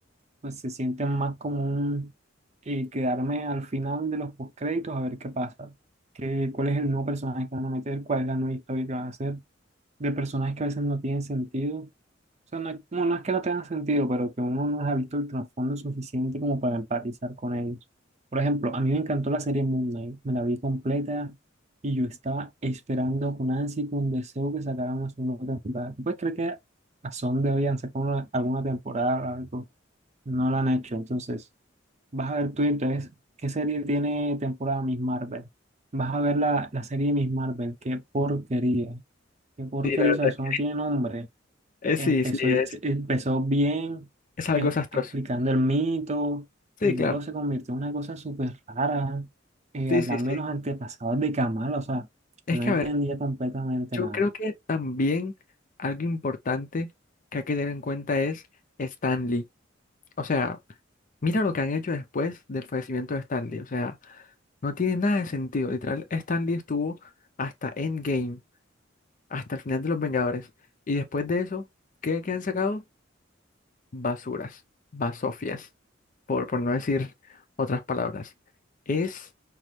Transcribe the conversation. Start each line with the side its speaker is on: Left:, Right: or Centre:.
Right: pues se sienten más como un eh, quedarme al final de los postcréditos a ver qué pasa qué- cuál es el nuevo personaje que van a meter, cuál es la nueva historia que vas a hacer, de personajes que a veces no tienen sentido. O sea, no, no, no es que no tengan sentido, pero que uno no ha visto el trasfondo suficiente como para empatizar con ellos. Por ejemplo, a mí me encantó la serie Moon Knight, me la vi completa y yo estaba esperando con ansia y con deseo que sacaran una segunda temporada. ¿Tú puedes creer que a son de hoy han sacado una- alguna temporada, algo? No la han hecho, entonces. Vas a ver tú entonces qué serie tiene temporada Miss Marvel. Vas a ver la, la serie de Miss Marvel. Qué porquería. Qué porquería.
Left: Sí, la verdad.
Right: O sea, eso
Left: que-
Right: no tiene nombre.
Left: Eh, sí,
Right: Empezó,
Left: sí, es,
Right: ex- empezó bien
Left: es algo
Right: e-
Left: desastroso.
Right: explicando el mito
Left: Sí,
Right: y luego
Left: claro.
Right: se convirtió en una cosa súper rara. eh,
Left: Sí,
Right: hablando
Left: sí, sí.
Right: de los antepasados de Kamala. O sea,
Left: Es
Right: no
Left: que,
Right: entendía
Left: a ver,
Right: completamente
Left: yo
Right: nada.
Left: creo que también algo importante que hay que tener en cuenta es Stanley. O sea, mira lo que han hecho después del fallecimiento de Stanley. O sea, no tiene nada de sentido. Literal, Stanley estuvo hasta Endgame, hasta el final de Los Vengadores. Y después de eso, ¿qué, qué han sacado? Basuras, basofias, por, por no decir otras palabras. Es...